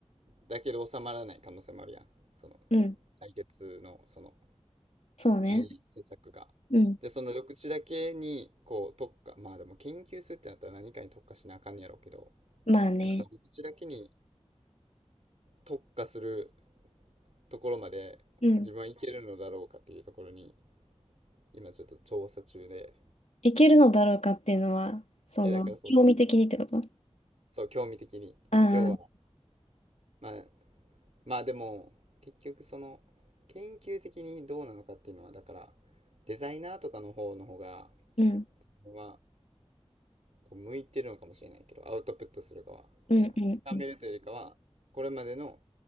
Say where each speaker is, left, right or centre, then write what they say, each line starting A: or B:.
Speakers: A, on the right; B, on the left.
A: だけで収まらない可能性もあるやん。その、
B: うん。
A: 来月の、その、
B: そうね。
A: いい施策が。
B: うん、
A: で、その緑地だけに、こう、特化、まあでも研究するってなったら何かに特化しなあかんねやろうけど、
B: まあね、
A: なんかさ、緑地だけに特化するところまで自分はいけるのだろうかっていうところに、
B: うん、
A: 今ちょっと調査中で、
B: いけるのだろうかっていうのは、その、
A: え、だからその、
B: 興味的にってことあ
A: そう、興味的に。
B: あ、
A: 要は、
B: うん、
A: まあ、まあでも、結局その、研究的にどうなのかっていうのは、だから、デザイナーとかの方の方が、
B: うん、
A: はこう向いてるのかもしれないけどアウトプットする側その深めるというよりかはこれまでの
B: うん、うん、うん、